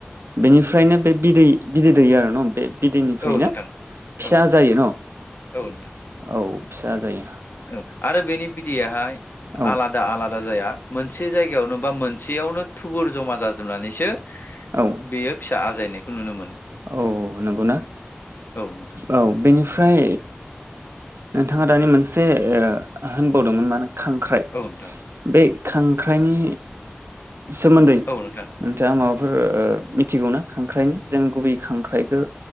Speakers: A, on the right; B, on the left.
A: बेनिफ्रायनो बे बिदै बिदै दैैयो आरो न बे बिदैनिफ्रायनो
B: औ नोंथां
A: फिसा
B: औ नोंथां
A: जायो न।
B: औ नोंथां
A: औ। फिसा जायो।
B: औ आरो बेनि बिदैयाहाय
A: औ
B: आलादा आलादा जाया। मोनसे जायगायावनो बा मोनसेयावनो थुबुर जमा जाजोबनानैसो
A: औ
B: बेयो फिसा आजायनाय। नुनो मोनो।
A: औ नंगौना
B: औ नोंथां
A: औ बेनि ओमफ्राय नोंथांङा दानि मोनसे होनबावदोंमोन माने खांख्राइ
B: औ नोंथां
A: बे खां खांख्राइनि सोमोन्दै
B: औ नोंथां
A: नोंथाङा माबाफोर ओ मिथिगौना खांख्राइनि जों गुबै खांख्राइखौ